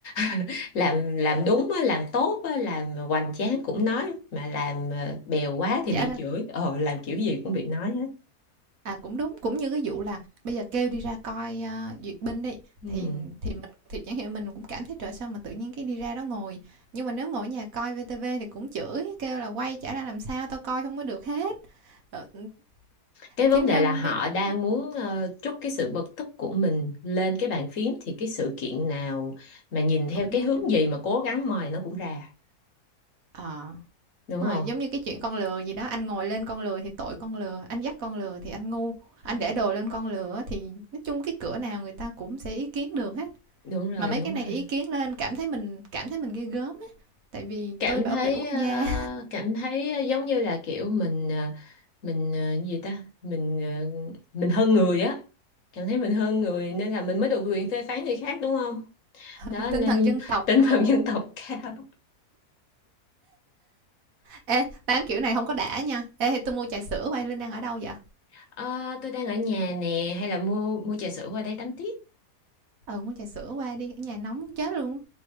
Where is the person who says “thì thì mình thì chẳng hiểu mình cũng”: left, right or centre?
Right